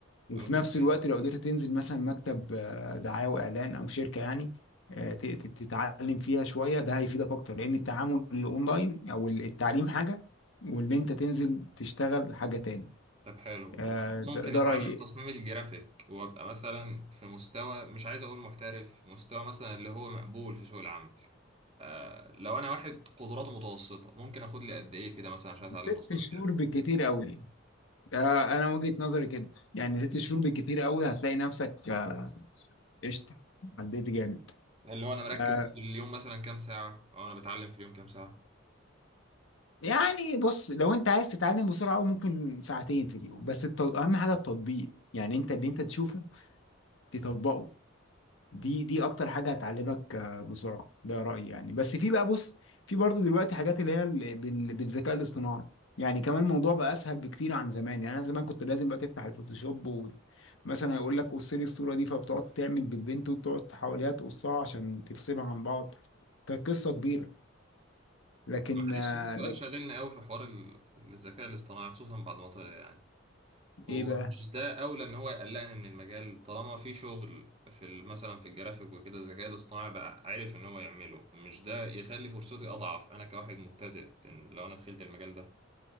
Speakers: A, on the left (about 70°); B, on the right (about 30°).
A: وفي
B: اوكي
A: نفس الوقت لو قدرت تنزل مثلا مكتب آه، دعاية وإعلان أو شركة يعني آه، ت- ت- تتعلم فيها شوية ده هيفيدك أكتر لأن التعامل الأونلاين أو التعليم حاجة واللي أنت تنزل تشتغل حاجة تاني
B: طب حلو هو
A: آه،
B: أنا
A: ده
B: ممكن
A: ده
B: اتعلم
A: رأيي
B: تصميم الجرافيك وابقى مثلا في مستوى مش عايز اقول محترف مستوى مثلا اللي هو مقبول في سوق العمل آه لو انا واحد قدراته متوسطه ممكن اخد لي قد ايه كده مثلا عشان اتعلم
A: ست
B: تصميم
A: شهور
B: جرافي
A: بالكتير قوي آه، أنا وجهة نظري كده يعني ست شهور بالكتير قوي هتلاقي نفسك آه، قشطة عديت جامد
B: اللي هو انا مركز
A: آه،
B: في اليوم مثلا كام ساعه او انا بتعلم في اليوم كام ساعه
A: يعني بص لو انت عايز تتعلم بسرعة أوي ممكن ساعتين في اليوم بس التط... اهم حاجة التطبيق يعني انت اللي انت تشوفه تطبقه دي دي اكتر حاجه هتعلمك آه، بسرعه ده رايي يعني بس في بقى بص في برضو دلوقتي حاجات اللي هي ال- بال- بالذكاء الاصطناعي يعني كمان الموضوع بقى اسهل بكتير عن زمان يعني انا زمان كنت لازم بقى تفتح الفوتوشوب ومثلا يقول لك قص لي الصوره دي فبتقعد تعمل بالبنت وتقعد حواليها تقصها عشان تفصلها عن بعض كانت قصه كبيره لكن
B: طب معلش
A: آه،
B: في سؤال
A: لك
B: شاغلنا قوي في حوار ال- الذكاء الاصطناعي خصوصا بعد ما طلع يعني هو
A: ايه بقى
B: مش ده اولى ان هو يقلقني من المجال طالما في شغل في ال- مثلا في الجرافيك وكده الذكاء الاصطناعي بقى عارف ان هو يعمله مش ده يخلي فرصتي اضعف انا كواحد مبتدئ إن لو انا دخلت المجال ده